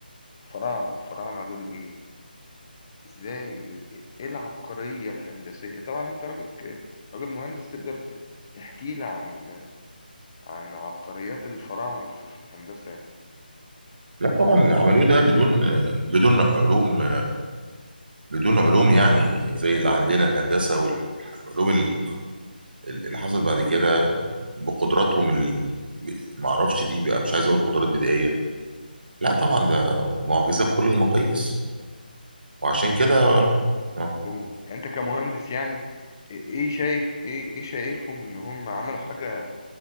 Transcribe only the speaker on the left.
فراعنة الفراعنة دول إيه؟ ازاي ايه العبقرية الهندسية طبعا انت راجل ك... راجل مهندس تقدر ت... تحكي لي عن عن عبقريات الفراعنة في, في الهندسة يعني
يعني انت
قول. يعني انت كمهندس يعني ايه شايف ايه ايه شايفهم ان هم عملوا حاجة